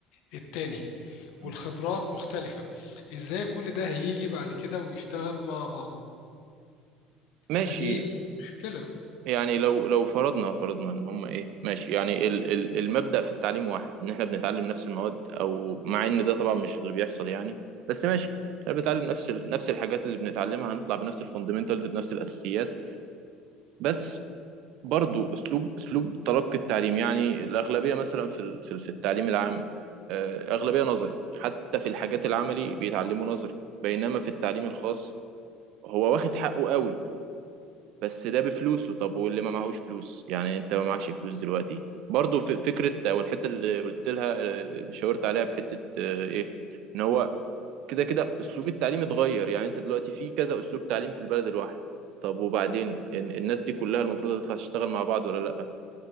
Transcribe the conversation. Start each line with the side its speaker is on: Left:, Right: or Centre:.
Left: التاني
Right: م.
Left: والخبرات مختلفة إزاي كل ده هيجي بعد كده ويشتغل مع بعضه
Right: ماشي
Left: فدي مشكلة
Right: يعني لو لو فرضنا فرضنا ان هم ايه ماشي يعني ال ال المبدأ في التعليم واحد ان احنا بنتعلم نفس المواد او مع ان ده طبعا مش اللي بيحصل يعني بس ماشي احنا بنتعلم نفس ال نفس الحاجات اللي بنتعلمها هنطلع بنفس الفاندمنتالز بنفس الاساسيات بس برضو اسلوب اسلوب تلقي التعليم يعني الاغلبية مثلا في ال- في ال- في التعليم العام آه، اغلبية نظري حتى في الحاجات العملي بيتعلموا نظري بينما في التعليم الخاص هو واخد حقه قوي بس ده بفلوسه طب واللي ما معهوش فلوس يعني انت ما معكش فلوس دلوقتي برضو في فكرة او الحتة اللي قلت لها اللي شاورت عليها بحتة آه، ايه ان هو كده كده اسلوب التعليم اتغير يعني انت دلوقتي في كذا اسلوب تعليم في البلد الواحدة طب وبعدين ان- الناس دي كلها المفروض هتطلع تشتغل مع بعض ولا لا